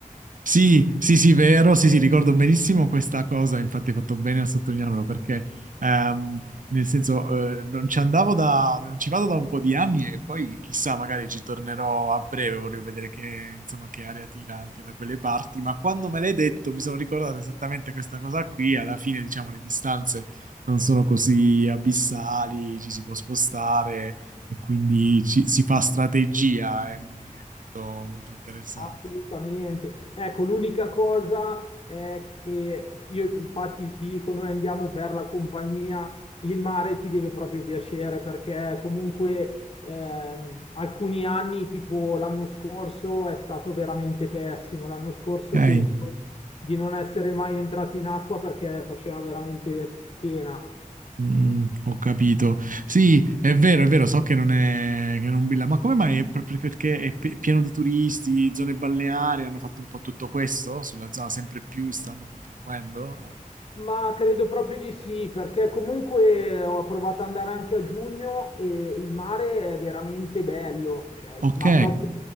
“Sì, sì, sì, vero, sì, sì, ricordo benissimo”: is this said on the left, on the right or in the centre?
Right